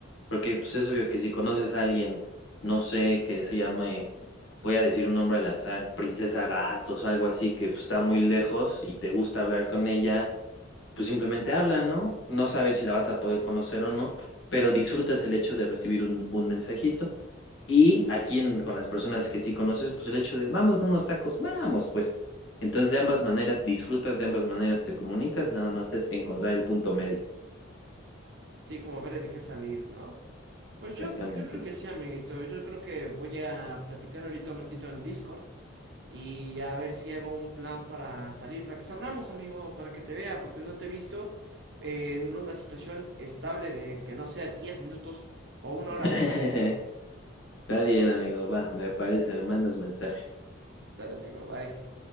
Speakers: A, on the left; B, on the right.
A: Porque pues es obvio que si conoces a alguien, no sé, que se llame, voy a decir un nombre al azar, Princesa Gatos o algo así, que pues, está muy lejos y te gusta hablar con ella, pues simplemente habla, ¿no? No sabes si la vas a poder conocer o no, pero disfrutas el hecho de recibir un, un mensajito. Y aquí en- con las personas que sí conoces, pues el hecho de, vamos por unos tacos, vamos, pues. Entonces de ambas maneras disfrutas, de ambas maneras te comunicas, nada más es encontrar el punto medio.
B: Sí, como ver el que salir, ¿no? Pues yo,
A: Exactamente.
B: yo creo que sí, amiguito. Yo creo que voy a platicar ahorita un ratito en Discord y a ver si hago un plan para salir, para que salgamos, amigo, para que te vea, porque no te he visto eh, en una situación estable de que no sea 10 minutos o una
A: <laughs>
B: hora de trayecto.
A: Está bien, amigo, va, me parece, me mandas mensaje.
B: Sale, amigo, bye.